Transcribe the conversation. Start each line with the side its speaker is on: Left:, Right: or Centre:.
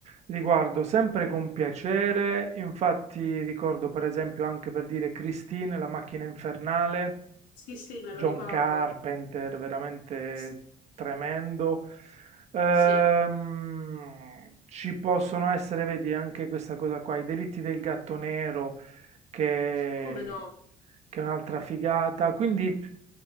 Right: li guardo sempre con piacere. Infatti, ricordo per esempio anche per dire Christine, La macchina infernale,
Left: Sì, sì, me
Right: John
Left: lo ricordo.
Right: Carpenter, veramente
Left: S
Right: tremendo. Ehm,
Left: sì,
Right: ci possono essere, vedi, anche questa cosa qua, i delitti del gatto nero, che,
Left: come no.
Right: che è un'altra figata. Quindi